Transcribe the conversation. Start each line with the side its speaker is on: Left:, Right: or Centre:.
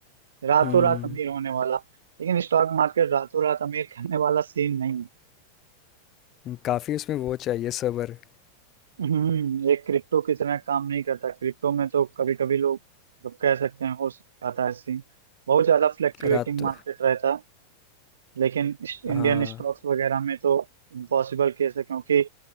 Right: रातों
Left: हम्म
Right: रात अमीर होने वाला लेकिन स्टॉक मार्केट रातों रात अमीर करने वाला सीन नहीं है
Left: काफ़ी उसमें वो चाहिए सब्र
Right: हम्म ये क्रिप्टो की तरह काम नहीं करता क्रिप्टो में तो कभी कभी लोग मतलब कह सकते हैं हो जाता है सीन बहुत ज्यादा फ्लक्चुएटिंग
Left: रात
Right: मार्केट रहता है लेकिन इस-
Left: हाँ।
Right: इंडियन स्टॉक्स वगैरह में तो इम्पॉसिबल केस है क्योंकि